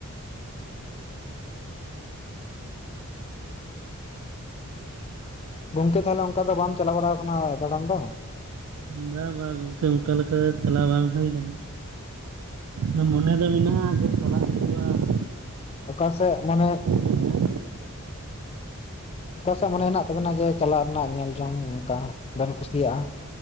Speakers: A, on the left (about 25°); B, on the right (about 75°).
A: ᱜᱚᱝᱠᱮ ᱛᱟᱦᱚᱞᱮ ᱚᱱᱠᱟ ᱫᱚ ᱵᱟᱢ ᱪᱟᱞᱟᱣ ᱵᱟᱲᱟ ᱟᱠᱟᱱᱟ ᱫᱟᱬᱟᱱ ᱫᱚ?
B: ᱵᱟᱝ ᱵᱟᱝ ᱜᱚᱝᱠᱮ ᱚᱱᱠᱟ ᱞᱮᱠᱟ ᱪᱟᱞᱟᱣ ᱵᱟᱝ ᱦᱩᱭ ᱠᱟᱱᱟ᱾ ᱟᱫᱚ ᱢᱚᱱᱮ ᱫᱚ ᱢᱮᱱᱟᱜᱼᱟ ᱡᱮ ᱪᱟᱞᱟᱜ ᱦᱩᱭᱩᱜ-ᱟ ᱾
A: ᱚᱠᱟ ᱥᱮ ᱢᱟᱱᱮ
B: ᱜᱮ ᱢᱮᱱᱟᱜ
A: ᱚᱠᱟ ᱥᱮᱫ ᱢᱚᱱᱮ ᱦᱮᱱᱟᱜ ᱛᱟᱵᱮᱱᱟ ᱡᱮ ᱪᱟᱞᱟᱜ ᱨᱮᱱᱟᱜ ᱧᱮᱞ ᱡᱚᱝ ᱚᱱᱠᱟ ᱵᱮᱱ ᱠᱩᱥᱤᱭᱟᱜᱼᱟ?